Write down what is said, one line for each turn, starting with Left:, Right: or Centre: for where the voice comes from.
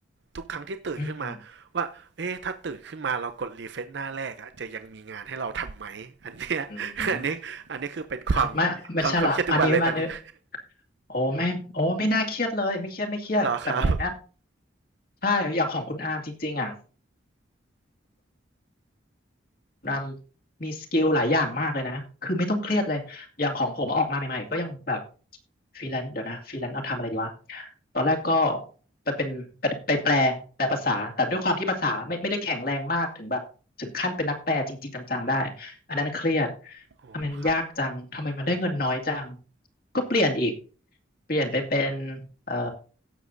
Right: ทุกครั้งที่ตื่นขึ้นมาว่าเอ๊ะถ้าตื่นขึ้นมาเรากดรีเฟซหน้าแรกอะจะยังมีงานให้เราทำไหมอันเนี้ยอันนี้อันนี้คือเป็นความ
Left: อืมอืมไม่ไม่ใช่ละอันนี้อันนี้
Right: ความความเครียดทุกวันเลยตอนเนี้ย
Left: โอ้ไม่โอ้ไม่น่าเครียดเลยไม่เครียดไม่เครียดแบบเนี้ย
Right: หรอครับ
Left: ใช่อย่างของคุณอาร์มจริงๆอ่ะ รำมีสกิลหลายอย่างมากเลยนะคือไม่ต้องเครียดเลย อย่างของผมออกมาใหม่ๆก็ยังแบบฟรีแลนซ์เดี๋ยวนะฟรีแลนซ์เอาทำอะไรดีวะ ตอนแรกก็ไปเป็นไปไปแปลแปลภาษา แต่ด้วยความที่ภาษาไม่ไม่ได้แข็งแรงมากถึงแบบถึงขั้นเป็นนักแปลจริงๆจังๆได้ อันนั้นเครียด
Right: โอ้ครับ
Left: ทำไมมันยากจังทำไมมันได้เงินน้อยจังก็เปลี่ยนอีกเปลี่ยนไปเป็นเอ่อ